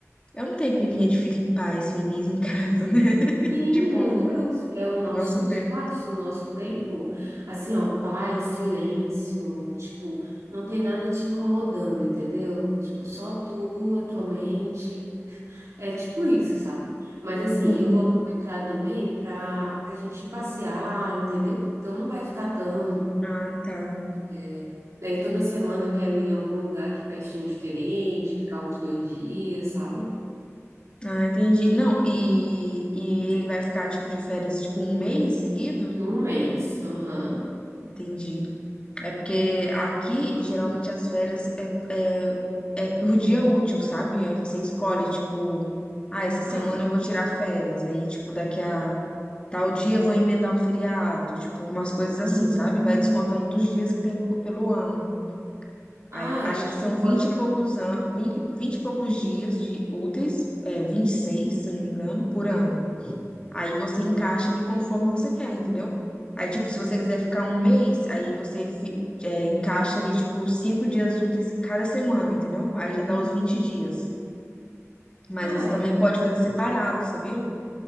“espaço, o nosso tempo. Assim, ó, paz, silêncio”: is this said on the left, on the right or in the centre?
Right